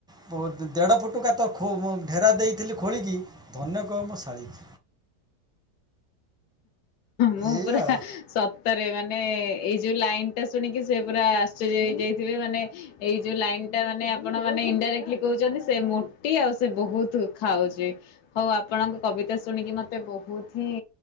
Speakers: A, in the centre; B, on the left (about 70°).
A: ପୋତ୍ ଦେଢ଼ ଫୁଟୁ ଗାତ ଖୋ ଢେରା ଦେଇଥିଲି ଖୋଳିକି ଧନ୍ୟ କହ ମୋ ଶାଳୀ କି।
B: ମୁଁ
A: ଏଇଆ
B: ପୁରା ସ
A: ଆଉ
B: ସତରେ ମାନେ ଏଇ ଯେଉଁ ଲାଇନ୍ ଟା ଶୁଣିକି ସେ ପୁରା ଆଶ୍ଚର୍ଯ୍ୟ ହେଇଯାଇଥିବେ ମାନେ ଏଇ ଯୋଉ ଲାଇନ୍ ଟା ମାନେ ଆପଣ ମାନେ ଇନଡାରେକ୍ଟଲି କହୁଛନ୍ତି ସେ ମୋଟି ଆଉ ସେ ବହୁତ ଖାଉଚି। ହଉ ଆପଣଙ୍କ କବିତା ଶୁଣିକି ମୋତେ ବୋହୁତ ହି